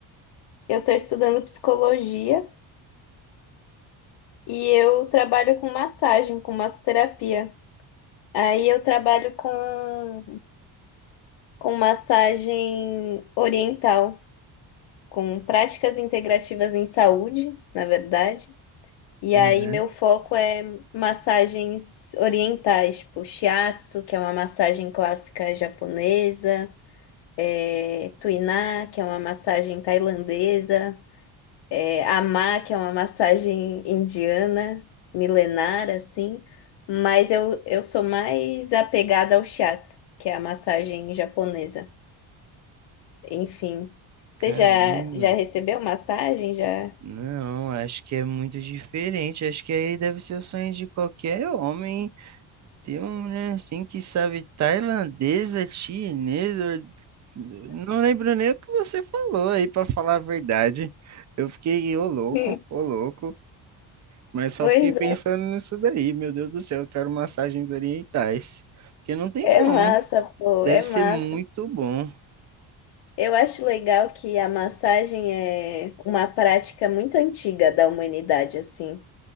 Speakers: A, on the left; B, on the right.
A: eu tô estudando psicologia e eu trabalho com massagem, com massoterapia. Aí eu trabalho com com massagem oriental, com práticas integrativas em saúde, na verdade. E aí
B: aham.
A: meu foco é massagens orientais, tipo shiatsu, que é uma massagem clássica japonesa. é, Tuiná, que é uma massagem tailandesa, é, Amá, que é uma massagem indiana, milenar, assim. Mas eu, eu sou mais apegada ao shiatsu, que é a massagem japonesa. Enfim, você
B: Caramba.
A: já, já recebeu massagem? Já?
B: Não, acho que é muito diferente, acho que aí deve ser o sonho de qualquer homem, ter uma mulher assim que sabe tailandesa, chinesa, não lembro nem o que você falou aí, pra falar a verdade. Eu fiquei, ô louco,
A: <laughs>
B: ô louco. Mas só
A: Pois
B: fiquei pensando nisso daí, meu Deus do céu, eu quero massagens orientais. Porque não tem
A: é,
B: como.
A: é massa, pô,
B: Deve
A: é
B: ser
A: massa.
B: muito bom
A: Eu acho legal que a massagem é uma prática muito antiga da humanidade, assim.